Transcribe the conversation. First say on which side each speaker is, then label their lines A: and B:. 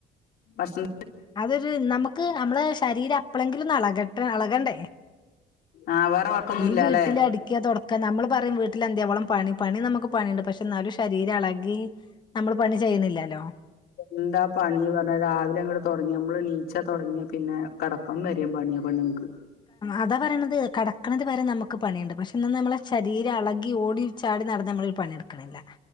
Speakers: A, on the left (about 65°); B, on the left (about 25°).
A: പസ്
B: അതൊരു നമുക്ക് നമ്മളെ ശരീരം എപ്പഴെങ്കിലും എളകട്ടെ എളക്കേണ്ട
A: ആഹ് വേറെ വർക്കൊന്നും
B: ഈ
A: ഇല്ലാല്ലെ
B: വീട്ടിൽ അടിക്കാ തൊടക്ക നമ്മള് പറയാം വീട്ട വീട്ടിൽ അന്തയാവോളം പണി പണി നമുക്ക് പണിയുണ്ട് പക്ഷെ എന്നാലും ശരീരം അളകി നമ്മള് പണി ചെയ്യുന്നില്ലല്ലോ
A: എന്താ പണി പറഞ്ഞാ രാവിലെ അങ്ങടെ തൊ നമ്മൾ നീച്ച തുടങ്ങിയ പിന്നെ കടക്കം വരയും പണിയക്ക്
B: അതാ പറയണത് കടക്കണന്നത് വരെ നമുക്ക് പണിയുണ്ട് പക്ഷെ ഇന്നന്ന് നമ്മളെ ശരീരം അളകി ഓടി ചാടി നടന്നന്ന് നമ്മളൊരു പണിയെടുക്കണില്ല